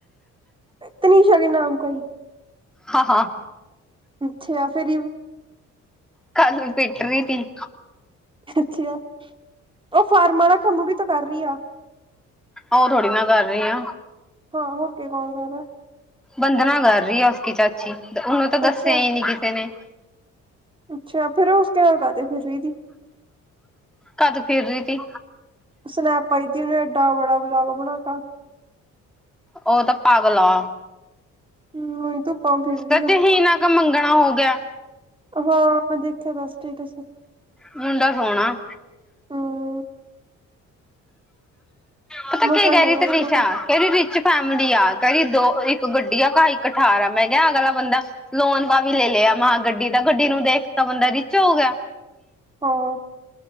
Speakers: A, on the right; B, in the centre.
A: ਐ ਤਨੀਸ਼ਾ ਕੇ ਨਾਮ ਕਾ ਹੀ
B: ਹਾਂ, ਹਾਂ।
A: ਅੱਛਾ ਫੇਰ
B: ਕੱਲ ਪਿੱਟ ਰਹੀ ਤੀ
A: ਅੱਛਾ ਓ ਫਾਰਮਾਂ ਦਾ ਕੰਮ ਵੀ ਤੋਂ ਕਰ ਰਹੀ ਆ
B: ਓ ਥੋੜੀ ਨਾ ਕਰ ਰਹੀ ਆ
A: ਹਾਂ ਹੋੁ ਕੀ ਕੋਣ ਕਰ ਰਿਹਾ
B: ਬੰਧਨਾ ਕਰ ਰਹੀ ਆ ਉਸਕੀ ਚਾਚੀ ਉਨੂੰ ਤਾਂ ਦੱਸਿਆ
A: ਅੱਛਾ
B: ਹੀ ਨੀ ਕਿਸੇ ਨੇ
A: ਅੱਛਾ ਫਿਰ ਓ ਉਸਕੇ ਨਾਲ ਕਰਾ ਰਹੀ ਫਰੀ ਦੀ
B: ਕਦ ਫਿਰ ਰਹੀ ਤੀ
A: ਸਨੈਪ ਪਾਈ ਤੀ ਉਹਨੇ ਐਏਡਾ ਬੜਾ ਵਲੋਗ ਬਣਾ ਤਾ
B: ਉਹ ਤਾਂ ਪਾਗਲ ਆ
A: ਹੂੰ ਉਹੀ ਧੁੱਪਾਂ ਫਿਰ ਰਹੀ
B: ਤੇ
A: ਆ
B: ਚਹੀਨਾ ਕਾ ਮੰਗਣਾ ਹੋ ਗਿਆ
A: ਹਾਂ ਮੈਂ ਦੇਖਿਆ ਤਾਂ ਸਟੇਟਸ
B: ਮੁੰਡਾ ਸੋਣਾ।
A: ਹੂੰ
B: ਪਤਾ
A: ਮਸਾ
B: ਕੀ ਕੈ
A: ਹੀ ਹੋਇਆ
B: ਰੀ ਤਨਿਸ਼ਾ
A: ਉਸਕਾ ਤੋ
B: ਕੈਂਦੀ ਰਿਚ ਫੈਮਲੀ ਆ ਕਹਦੀ ਦੋ ਇੱਕ ਗੱਡੀ ਆ ਕਰ ਇੱਕ ਠਾਰ ਆ ਮੈਂ ਕੈਹਾ ਅਗਲਾ ਬੰਦਾ ਲੋਨ ਦਾ ਵੀ ਲੈ ਲਿਆ ਮਾਹ ਗੱਡੀ ਤਾਂ ਗੱਡੀ ਨੂੰ ਦੇਖ ਤਾਂ ਬੰਦਾ ਰਿਚ ਹੋ ਗਿਆ।
A: ਹਾਂ